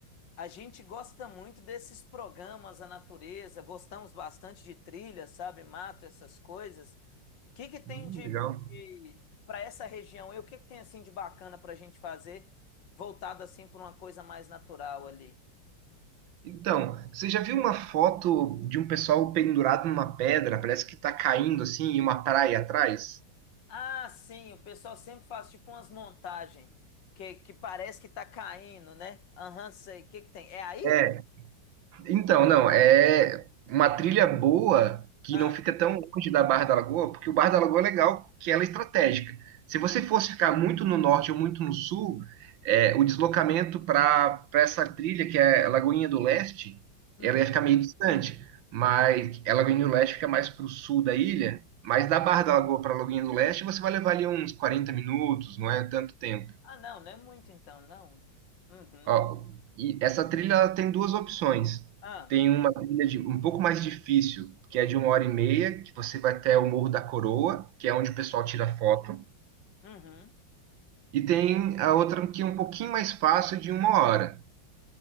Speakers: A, on the left; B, on the right.
A: A gente gosta muito desses programas, a natureza, gostamos bastante de trilha, sabe, mato, essas coisas. O que que tem
B: Hum,
A: de,
B: legal.
A: de para essa região? E o que que tem assim de bacana para a gente fazer, voltado assim para uma coisa mais natural ali?
B: Então, você já viu uma foto de um pessoal pendurado numa pedra? Parece que tá caindo assim, e uma praia atrás?
A: Ah, sim, o pessoal sempre faz tipo umas montagens que, que parece que tá caindo, né? Aham, sei. O que que tem? É aí?
B: É. Então, não, é uma trilha boa que
A: Ah,
B: não fica tão longe da Barra da Lagoa, porque o Barra da Lagoa é legal, que ela é estratégica. Se você fosse ficar muito no norte ou muito no sul, é, o deslocamento para para essa trilha, que é a Lagoinha do Leste,
A: hum.
B: ela ia ficar meio distante, mas a Lagoinha do Leste fica mais para o sul da ilha, mas da Barra da Lagoa para a Lagoinha do Leste, você vai levar ali uns 40 minutos, não é tanto tempo.
A: Ah, não, não é muito então, não. Uhum.
B: Ó, e essa trilha ela tem duas opções.
A: Ah,
B: Tem uma trilha de, um pouco mais difícil, que é de uma hora e meia, que você vai até o Morro da Coroa, que é onde o pessoal
A: sim.
B: tira foto.
A: Uhum.
B: E tem a outra que é um pouquinho mais fácil, de uma hora.